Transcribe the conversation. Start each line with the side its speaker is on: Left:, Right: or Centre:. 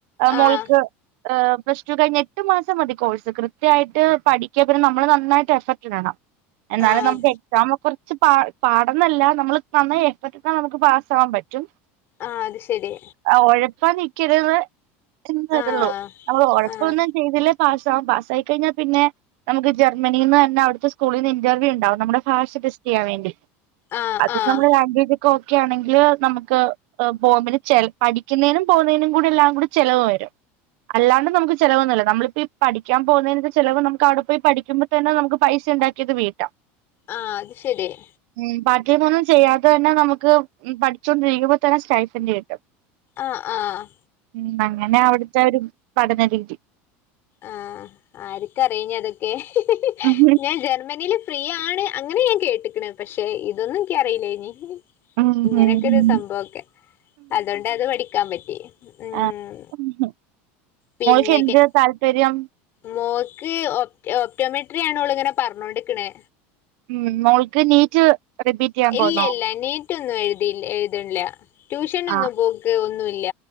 Left: ആഹ്
Right: മോൾക്ക് ഹ് പ്ലസ് ടു കഴിഞ്ഞ എട്ട് മാസം മതി കോഴ്സ് കൃത്യമായിട്ട് പഠിക്കിയ പിന്നെ നമ്മള് നന്നായിട്ട് എഫക്ട് ഇടണം എന്നാലും
Left: ആഹ്
Right: നമുക്ക് എക്സാം കുറച്ച് പ പാടന്നല്ല നമ്മള് നന്നായി എഫക്റ്റ് എടുത്താൽ നമുക്ക് പാസ്സ ആവാൻ പറ്റും
Left: ആഹ് അത് ശെരി
Right: ആഹ് ഉഴപ്പാ നിക്കരുത് എന്നെ
Left: ആഹ്
Right: ള്ളോ നമ്മള് ഒഴപ്പമൊന്നും
Left: ആഹ്
Right: ചെയ്തില്ല പാസാവും പാസായി കഴിഞ്ഞാൽ പിന്നെ നമുക്ക് ജർമ്മനിയിൽന്ന് തന്നെ അടു സ്കൂൽ നിന്ന് ഇറർവൂ ഉണ്ടാവും നമ്മടെ ഭാഷ ടെസ്റ്റ് ചെയ്യാൻ വേണ്ടി
Left: ആഹ്
Right: <unintelligible>
Left: ആഹ്
Right: ഓക്കെ ആണെങ്കിൽ നമുക്ക് ബോംബിന് പഠിക്കുന്നതിനും പോകുന്നതിനും കൂടി എല്ലാം കൂടി ചെലവ് വരും അല്ലാണ്ട് നമുക്ക് ചിലവൊന്നുമില്ല നമ്മളിപ്പോ ഈ പഠിക്കൻ പോകുന്നതിന് ചിലവ് നമുക്ക് അവിടെ പോയി പഠിക്കുമ്പോ തന്നെ നമുക്ക് പൈസ ഉണ്ടാക്കിയത് വീട്ടാം
Left: ആഹ് അത് ശരിയാ
Right: ഉം പാർടൈം ഒന്നും ചെയ്യാതെ തന്നെ നമുക്ക് പഠിച്ചുകൊണ്ടിരിക്കുമ്പോ തന്നെ സ്റ്റൈഫന്റ് കിട്ടും
Left: ആഹ് ആഹ്
Right: ഉം അങ്ങന അവിടുത്തെ ഒരു പഠനരീതി
Left: ആഹ് ആർക്കറിയാം ഞ്ഞിഅതൊക്കെ
Right: ഉം
Left: ഞാൻ ജർമ്മനിയില് ഫ്രീയാണ് അങ്ങനെ ഞാൻ കേട്ട്ക്ക്ണ് പക്ഷെ ഇതൊന്നും എനിക്ക് അറിയില്ലേനി
Right: ഉം
Left: ഇങ്ങനെയൊക്കെ
Right: ഉം
Left: ഒരു സംഭവംഒക്കെ അതുകൊണ്ട് അത് പഠിക്കാൻ പറ്റി ഉം
Right: ആഹ്
Left: പിന്നെക്കെ
Right: മോൾക്ക് എന്ത് താല്പര്യം
Left: മോൾക്ക് ഓപ്റ്റോമെട്രി ആണ് ഓള് ഇങ്ങനെ പറഞ്ഞോണ്ടിരിക്കണേ
Right: ഉം മോൾക്ക് നീറ്റ് റിപ്പീറ്റ് ചെയ്യാൻ
Left: ഇല്ലില്ല
Right: പോന്നോ?
Left: നീറ്റൊന്നും എഴുതി എഴുതണ്ല്ല ട്യൂഷനൊന്നും
Right: ആഹ്
Left: പോക്ക് ഒന്നും ഇല്ല